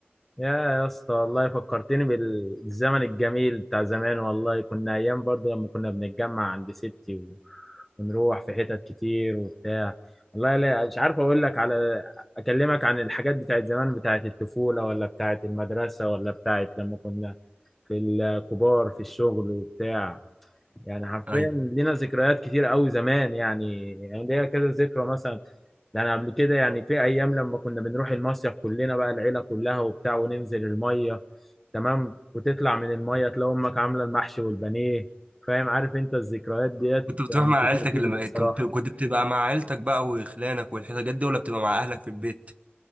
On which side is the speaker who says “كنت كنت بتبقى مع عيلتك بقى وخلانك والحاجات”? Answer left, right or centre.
Right